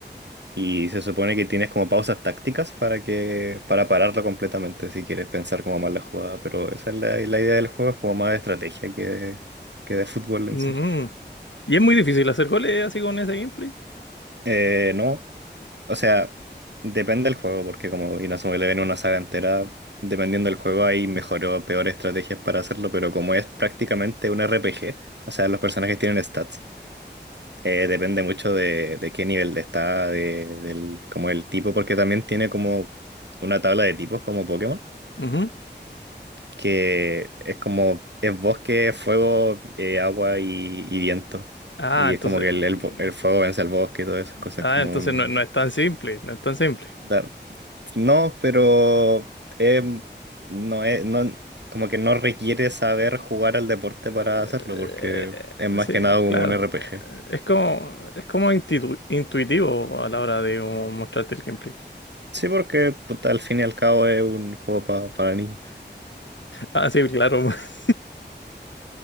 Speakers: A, on the right; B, on the left.
A: Y se supone que tienes como pausas tácticas para que, para pararlo completamente si quieres pensar como más la jugada, pero esa es la, la idea del juego, es como más de estrategia que de, que de fútbol
B: ujú.
A: en sí.
B: Y es muy difícil hacer goles así con ese gameplay.
A: Eh, no, o sea, depende del juego, porque como Inazuma Eleven es una saga entera, dependiendo del juego hay mejor o peor estrategias para hacerlo, pero como es prácticamente un RPG, o sea, los personajes tienen stats, eh, depende mucho de, de qué nivel está, de, del, como el tipo, porque también tiene como una tabla de tipos como Pokémon.
B: Ujú.
A: que es como, es bosque, fuego, eh, agua y, y viento.
B: Ah,
A: Y
B: entonces,
A: es como que
B: mm,
A: el, el bo- el fuego vence al bosque y todas esas cosas
B: ah,
A: como
B: entonces
A: un...
B: no, no es tan simple, no es tan simple.
A: da- no, pero em, no es, no, como que no requiere saber jugar al deporte
B: Eh,
A: para hacerlo, porque es más
B: sí,
A: que nada como
B: claro.
A: un RPG.
B: Eh, es como, es como intitu- intuitivo a la hora de como, mostrarte el gameplay.
A: Sí, porque puta, al fin y al cabo es un juego pa- para niños.
B: Ah, sí, claro, <laughs>